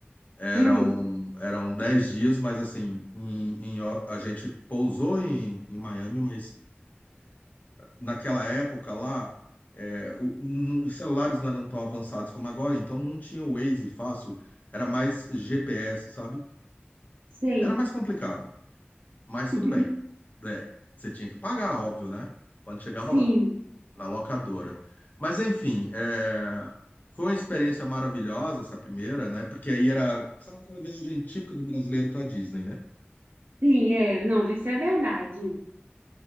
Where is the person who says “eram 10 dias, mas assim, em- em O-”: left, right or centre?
Left